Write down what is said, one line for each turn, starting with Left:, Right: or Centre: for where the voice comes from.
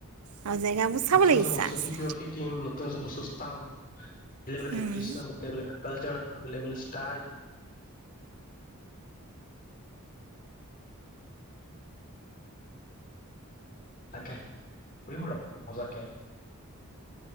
Right: আৰু জেগাবোৰ চাবলৈ
Left: নতুন-নতুন
Right: ইচ্ছা
Left: বস্তু
Right: আছে।
Left: শিকিও শিকিম, নতুন-নতুন বস্তু চাম। <inaudible> বেলেগ- বেলেগ ট্ৰেডিচন,
Right: উম।
Left: বেলেগ-বেলেগ কালচাৰ, বেলেগ- বেলেগ চি <unintelligible> অকে <unintelligible>